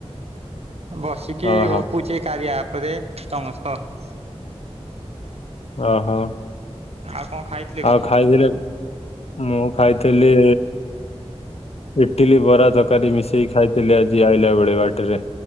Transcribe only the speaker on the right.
ବସିକି
ଗପୁଛି କାରିଯା ଆପ୍‌ରେ ତମ ସହ।
ଆଉ କଣ ଖାଇଥିଲେ କଣ?